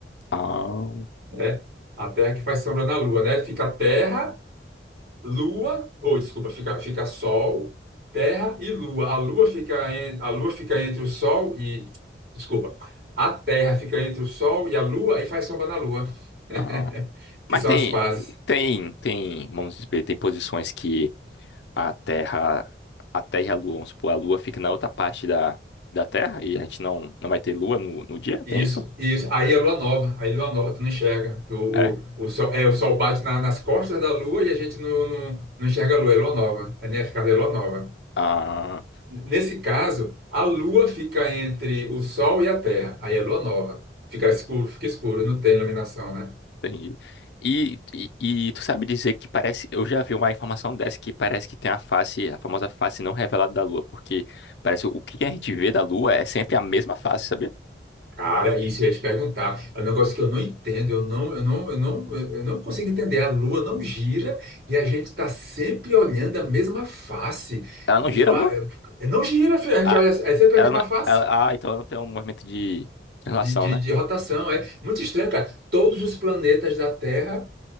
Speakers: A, on the left (about 75°); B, on the right (about 55°).
A: Ah,
B: né? A Terra que faz sombra na Lua, né? Fica Terra, Lua, ou desculpa, fica, fica Sol, Terra e Lua. A Lua fica, en- a Lua fica entre o Sol e, desculpa, a Terra fica entre o Sol e a Lua e faz sombra na Lua, <laughs>
A: ah.
B: que
A: Mas
B: são
A: tem,
B: as fases.
A: tem, tem, vamos dizer, tem posições que a Terra, a Terra e a Lua, vamos supor, a Lua fica na outra parte da, da Terra e a gente não, não vai ter Lua no, no dia? Tem
B: Isso,
A: isso?
B: isso. Aí é lua nova, aí lua nova, tu não enxerga. Tu, o,
A: É?
B: o, sol, é, o sol bate na- nas costas da lua e a gente não, não, não enxerga a lua, é lua nova. É, nesse caso, é lua nova.
A: Ah.
B: Nesse caso, a lua fica entre o sol e a terra, aí é lua nova. Fica escuro, fica escuro, não tem iluminação, né?
A: Entendi. E, e, e tu sabe dizer que parece. Eu já vi uma informação dessa que parece que tem a face, a famosa face não revelada da Lua, porque parece o que a gente vê da Lua é sempre a mesma face, sabia?
B: Cara, isso eu ia te perguntar. É um negócio que eu não entendo, eu não, eu não, eu não, eu não consigo entender. A Lua não gira e a gente está sempre olhando a mesma face.
A: Ela não
B: Eu,
A: gira a
B: eu-
A: Lua?
B: não gira, filho, a gente
A: Ah,
B: olha, é sempre
A: ela
B: a mesma
A: não-
B: face
A: ela- ah, então ela não tem um movimento de translação,
B: de, de,
A: né?
B: de rotação. É muito estranho, cara. Todos os planetas da Terra